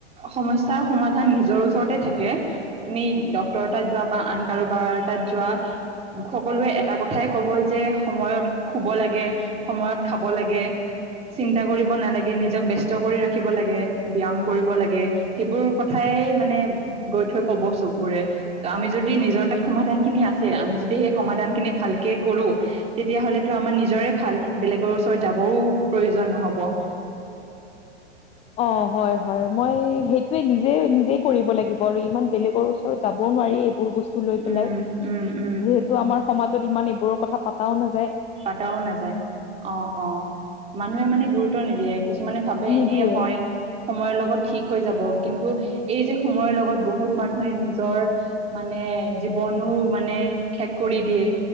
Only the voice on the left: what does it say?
অ হয় হয় মই সেইটোয়ে নিজে নিজে কৰিব লাগিব আৰু ইমান বেলেগৰ ওচৰত যাব নোৱাৰি এইবোৰ বস্তু ল পেলাই
যিহেতু আমাৰ সমাজত । ইমান এইবোৰ কথা পাতাও নাযায় ।
নিদিয়ে